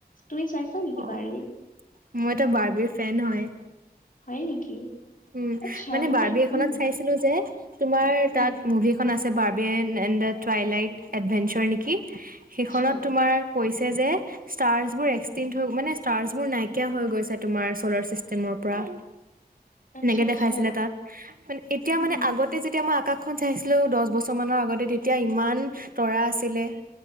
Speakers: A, on the left; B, on the right.
A: তুমি চাইছা নেকি
B: অ',
A: বাৰ্বি?
B: মই এটা বাৰ্বিৰ ফেন হয়।
A: হয় নেকি?
B: উম আহ
A: আচ্ছা
B: মানে বাৰ্বি এখনত
A: উম
B: চাইছিলো যে তোমাৰ
A: উম
B: তাত মুভি। এখন আছে Barbie N and the টুৱাই light adventure নেকি সেইখনত
A: আচ্ছা
B: তোমাৰ কৈছে যে ষ্টাৰ্চ বোৰ এক্সটিং হৈ মানে ষ্টাৰ্চ বোৰ নাইকিয়া হৈ গৈছে তোমাৰ চলাৰ চিষ্টেমৰ পৰা।
A: আচ্ছা
B: সেনেকে
A: আচ্ছা
B: দেখাইছিলে তাত ই ই ই মানে এতিয়া
A: উম
B: মানে আগত তাতে যেতিয়া মই আকাশখন চাইছিলো দহ বছৰ মানৰ আগতে তেতিয়া ইমান তৰা আছিলে।